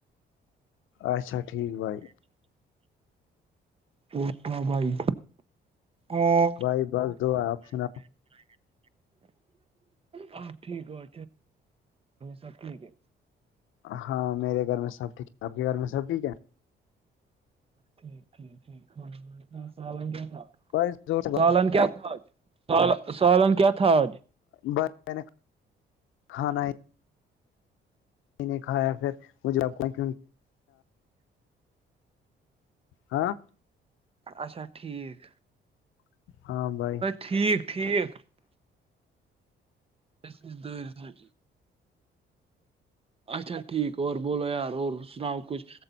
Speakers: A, on the left; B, on the right.
A: اچھا ٹھیک بھائی
B: پوٹا بھائی اور
A: بھائی بس دو آپ سنا
B: آ ٹھیک اور سب ٹھیک ہے
A: ہاں میرے گھر میں سب ٹھیک ہے آپ کے گھر میں سب ٹھیک ہے
B: ٹھیک ٹھیک ٹھیک سن کیا تھا
A: ب جو
B: سال ک تھج س سالن ک تھاج
A: ب نے کھانا نے کھایا پھر مجھے آب کیک ہاں
B: اچھا ٹھیک
A: ہاں بھائی
B: ٹھیک ٹھیک اس دور رٹین اچھا ٹھیک اور بولو یار اور سناؤ کچھ